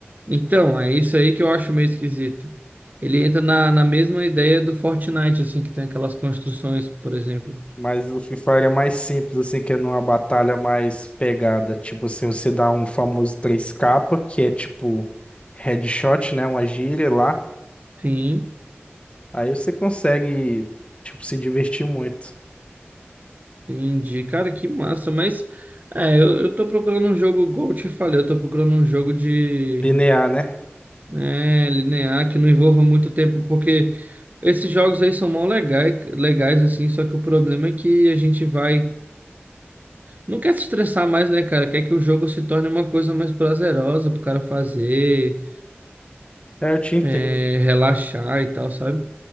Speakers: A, on the right; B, on the left.
A: Então, é isso aí que eu acho meio esquisito. Ele entra na, na mesma ideia do Fortnite, assim, que tem aquelas construções, por exemplo.
B: Mas o Free Fire é mais simples, assim, que é numa batalha mais pegada. Tipo assim, você dá um famoso três k que é tipo headshot, né? Uma gíria lá.
A: Sim.
B: Aí você consegue, tipo, se divertir muito.
A: Entendi, cara, que massa, mas é, eu, eu tô procurando um jogo, como eu te falei, eu tô procurando um jogo de
B: Linear, né?
A: né, linear que não envolva muito tempo, porque esses jogos aí são mó legais, legais, assim, só que o problema é que a gente vai, não quer se estressar mais, né, cara, quer que o jogo se torne uma coisa mais prazerosa pro cara fazer,
B: É, eu te entendo.
A: é, relaxar e tal, sabe?